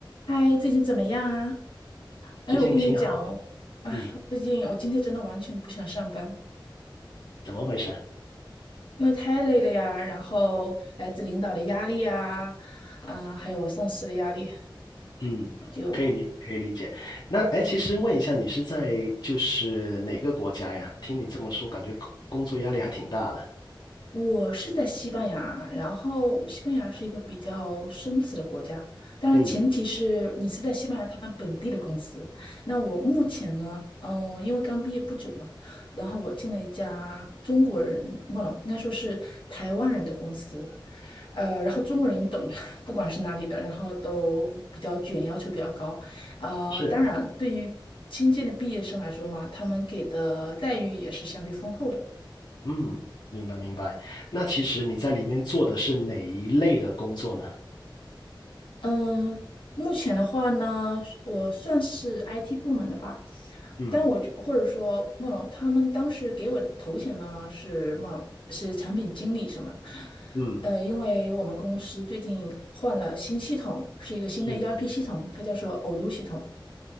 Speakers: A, on the left; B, on the left.
A: 嗨，最近怎么样啊？哎，
B: 最近挺好啊
A: 我跟你讲哦，哎，
B: 嗯，
A: 我最近我今天真的完全不想上班，
B: 怎么回事？
A: 因为太累了呀，然后来自领导的压力呀，啊，还有我上司的压力。
B: 嗯，
A: 就
B: 可以理解可以理解。那哎，其实问一下，你是在就是哪个国家呀？听你这么说，感觉工工作压力还挺大的。
A: 我是在西班牙，然后西班牙是一个比较松弛的国家，当然前提是你是在西班牙他们本地的公司。
B: 嗯，
A: 那我目前呢，嗯，因为刚毕业不久嘛，然后我进了一家中国人，不能，应该说是台湾人的公司，呃，然后中国人你懂的，<laughs> 不管是哪里的，然后都比较卷，要求比较高。呃，
B: 是，
A: 当然，对于新建的毕业生来说嘛，他们给的待遇也是相对丰厚的。
B: 嗯，明白明白。那其实你在里面做的是哪一类的工作呢？
A: 嗯、目前的话呢，我算是 IT 部门的吧，
B: 嗯
A: 但我觉或者说孟龙他们当时给我的头衔呢是孟龙是产品经理什么的。
B: 嗯
A: 呃，因为我们公司最近换了新系统，是一个新的
B: 嗯嗯
A: ERP 系统，它叫做偶读系统。